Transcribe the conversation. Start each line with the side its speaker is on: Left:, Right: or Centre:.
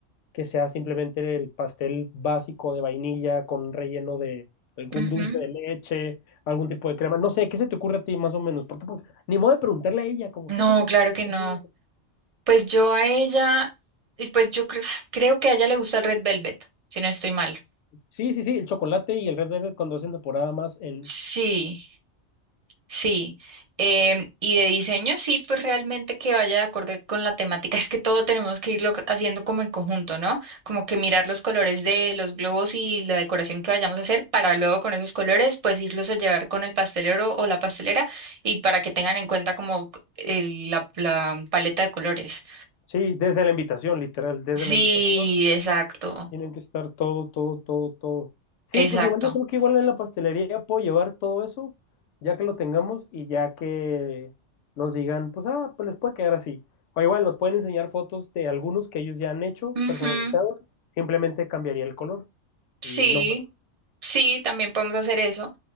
Left: que sea simplemente el pastel básico de vainilla con relleno de algún
Right: mhm
Left: dulce de leche, algún tipo de crema. No sé, ¿qué se te ocurre a ti más o menos? Porque pues, ni modo de preguntarle a ella, como,
Right: No,
Left: ¿qué se te antoja
Right: claro que
Left: comer?
Right: no. Pues yo a ella, y pues yo creo, <sighs> creo que a ella le gusta el Red Velvet, si no estoy mal.
Left: Sí, sí, sí, el chocolate y el Red Velvet cuando hacen temporada más en...
Right: Sí. Sí, em, y de diseño sí, pues realmente que vaya de acuerdo con la temática. Es que todo tenemos que irlo c- haciendo como en conjunto, ¿no? Como que mirar los colores de los globos y la decoración que vayamos a hacer para luego con esos colores pues irlos a llevar con el pastelero o la pastelera y para que tengan en cuenta como el- la, la paleta de colores.
Left: Sí, desde la invitación, literal, desde
Right: Sí,
Left: la invitación.
Right: exacto,
Left: tienen que estar todo, todo, todo, todo. Sí,
Right: exacto.
Left: pues igual yo creo que igual en la pastelería puedo llevar todo eso, ya que lo tengamos y ya que nos digan, pues ah, pues les puede quedar así. O igual nos pueden enseñar fotos de algunos que ellos ya han hecho
Right: Ujú,
Left: personalizados, simplemente cambiaría el color
Right: Sí.
Left: y el nombre.
Right: Sí, también podemos hacer eso,